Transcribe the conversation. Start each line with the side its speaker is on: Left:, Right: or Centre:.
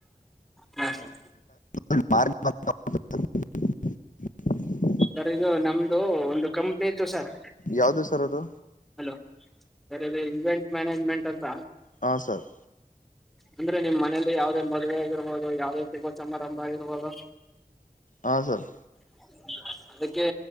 Centre: ಹಾ ಸರ್.
Left: <unintelligible>
Centre: ಸರ್ ಇದು ನಮ್ದೂ ಒಂದು ಕಂಪ್ನಿ ಇತ್ತು ಸರ್.
Left: ಯಾವ್ದು ಸರ್ ಅದು?
Centre: ಹಲೋ ಸರ್ ಇಲ್ಲಿ ಇವೆಂಟ್ ಮ್ಯಾನೇಜ್ಮೆಂಟ್ ಅಂತ.
Left: ಹಾ ಸರ್.
Centre: ಅಂದ್ರೆ ನಿಮ್ ಮನೇಲಿ ಯಾವ್ದೇ ಮದುವೆ ಆಗಿರ್ಬೋದು ಯಾವ್ದೇ ಶುಭ ಸಮಾರಂಭ ಆಗಿರ್ಬೋದು
Left: ಹಾ ಸರ್.
Centre: <unintelligible> ಅದಕೇ